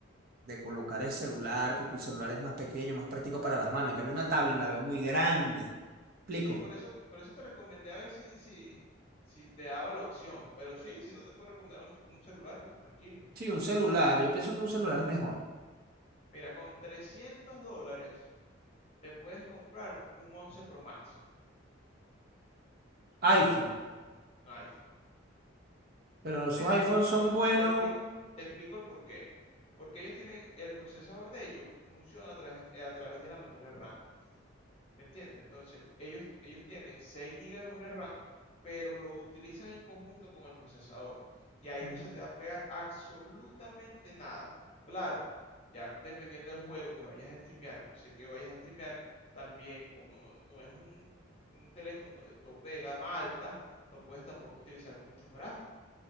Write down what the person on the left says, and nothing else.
Sí, por eso, por eso te recomendé a ver si, si, si te daba la opción, pero sí, si no te puedo recomendar un, un celular, tranquilo.
Mira, con 300 dólares te puedes comprar un, un 11 Pro Max.
iPhone.
Te explico
el por,
te explico, te explico el por qué. Porque ellos tienen, el procesador de ellos funciona a, través- eh, a través de la memoria RAM. ¿Me entiendes? Entonces, ellos, ellos tienen 6 gigas de memoria RAM, pero lo utilizan en conjunto con el procesador. Y ahí
no se te va a pegar absolutamente nada. Claro, ya dependiendo del juego que vayas a streamear, no sé qué vayas a streamear, también como no, no es un, un teléfono de tope de gama alta, no puedes tampoco utilizar muchos gráficos